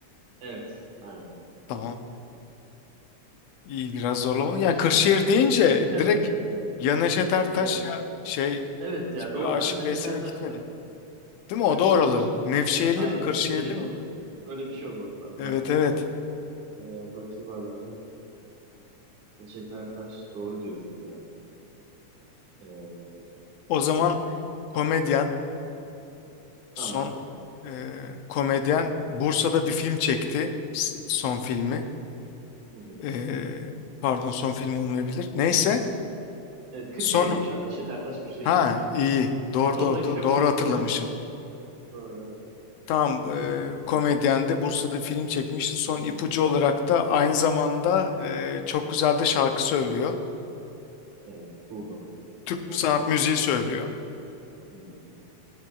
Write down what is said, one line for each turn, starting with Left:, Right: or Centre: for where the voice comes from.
Right: Evet. Aynen.
Left: Tamam. İyi biraz zorlama.
Right: Aşık
Left: Ya Kırşehir
Right: Veysel.
Left: deyince
Right: <laughs>
Left: direkt ya Neşet Ertaş
Right: Ya,
Left: ya şey
Right: evet ya
Left: hiç böyle
Right: doğru.
Left: Aşık
Right: Ben de Neşet
Left: Veysel'e
Right: Ertaş'la
Left: gitmedim. Değil mi? O
Right: karıştırmışım.
Left: da oralı. Nevşehirli
Right: Aynen
Left: mi? Kırşehirli
Right: Kırşehirli
Left: mi?
Right: olmak. Öyle bir şey olması lazım.
Left: Evet
Right: Hatta
Left: evet.
Right: e, bakayım abi hemen. Neşet Ertaş doğru diyorsun ya. E,
Left: O zaman komedyen son
Right: tamam.
Left: e, komedyen Bursa'da bir film çekti. S- Son filmi.
Right: Hı hı.
Left: E, pardon son film olmayabilir. Neyse.
Right: Evet Kırşehirliymiş
Left: Son
Right: abi. Neşet Ertaş Kırşehirliymiş.
Left: ha iyi.
Right: <laughs>
Left: Doğru
Right: Son
Left: doğru
Right: dakika
Left: do- doğru
Right: bilgisi.
Left: hatırlamışım.
Right: <laughs> Doğru evet.
Left: Tam e, komedyen de Bursa'da bir film çekmişti. Son
Right: Hı hı.
Left: ipucu olarak da aynı zamanda e, çok güzel de şarkı söylüyor.
Right: Evet buldum
Left: Türk
Right: kim olduğunu.
Left: sanat müziği söylüyor.
Right: Hı hı.